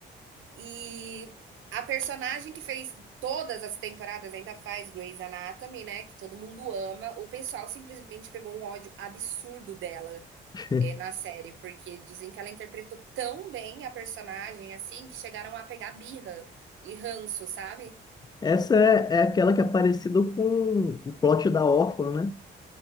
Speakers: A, on the right; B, on the left.
A: E a personagem que fez todas as temporadas ainda faz Grey's Anatomy, né? Que todo mundo ama. O pessoal simplesmente pegou um ódio absurdo dela
B: <laughs>
A: É, na série, porque dizem que ela interpretou tão bem a personagem, assim, que chegaram a pegar birra e ranço, sabe?
B: Essa é, é aquela que é parecida com o plot da órfã, né?